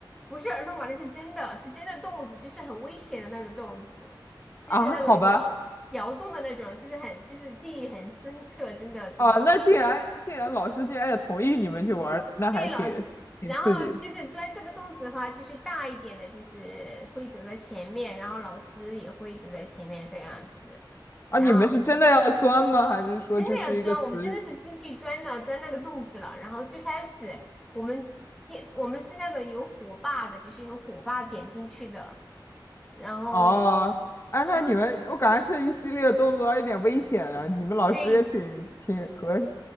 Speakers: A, in the centre; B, on the left (about 35°).
A: 不是儿童玩的，是真的是真的洞子，就是很危险的那种洞子，就是那种摇摇动的那种，
B: 啊，好吧，
A: 就是很就是记忆很深刻，真的真的。
B: 啊，那竟然竟然老师竟然也同意你们去玩儿那还挺挺刺激的
A: 对，老师，然后就是钻这个洞子的话，就是大一点的，就是会走在前面，然后老师也会走在前面这样子。
B: 啊！
A: 然后
B: 你们是真的要钻吗？还是说就是一个词语？
A: 真的要钻，我们真的是进去钻了，钻那个洞子了。然后最开始我们点，我们是那个有火把的，就是用火把点进去的。然后，
B: 哦，哎，那你们我感觉这一系列动作还有点危险了，
A: 然后
B: 你们老师也挺挺和
A: 对，<laughs>